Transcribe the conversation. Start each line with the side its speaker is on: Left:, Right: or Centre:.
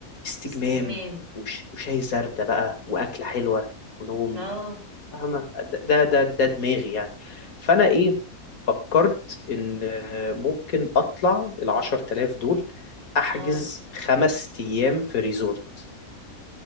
Left: استجمام
Right: استجمام
Left: وش- وشاي زردة بقى واكله حلوه ونوم
Right: اه
Left: فاهمه ده ده ده دماغي يعني فانا ايه فكرت ان آه، ممكن اطلع العشر تلاف دول احجز
Right: اه
Left: خمس ايام في ريزورت